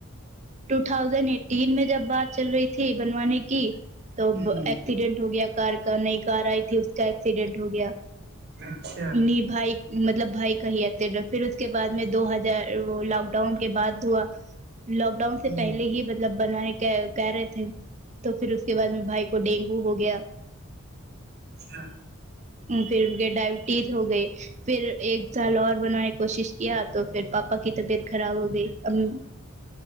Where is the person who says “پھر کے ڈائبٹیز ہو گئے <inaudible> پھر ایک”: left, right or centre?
Right